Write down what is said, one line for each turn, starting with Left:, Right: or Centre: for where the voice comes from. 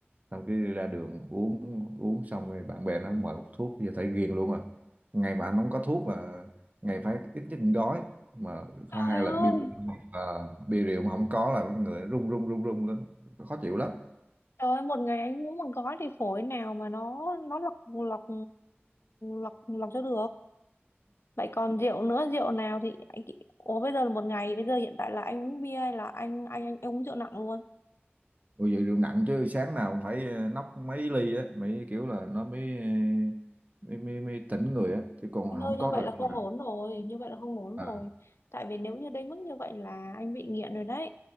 Right: xong cái ra đường uống uống xong rồi bạn bè nó mời hút thuốc giờ thấy ghiền luôn rồi ngày mà anh không có thuốc là ngày phải ít nhất một gói mà
Left: Trời
Right: có hay
Left: ơi,
Right: là bia rượu ờ, bia rượu mà không có là cái người run run run run lên khó chịu lắm
Left: trời ơi, một ngày anh uống một gói thì phổi nào mà nó nó lọc lọc lọc lọc cho được. Vậy còn rượu nữa, rượu nào thì anh Ủa bây giờ là một ngày, bây giờ hiện tại là anh uống bia hay là anh anh anh, anh uống rượu nặng luôn?
Right: Ôi vậy rượu nặng chứ sáng nào cũng phải ờ, nóc mấy ly á, mấy kiểu là nó mới ờ, mới mới, mới tỉnh người á, chứ còn
Left: Anh ơi
Right: không
Left: như
Right: có
Left: vậy
Right: rượu
Left: là không
Right: là
Left: ổn rồi Như vậy là không ổn
Right: à,
Left: rồi Tại vì nếu như đến mức như vậy là anh bị nghiện rồi đấy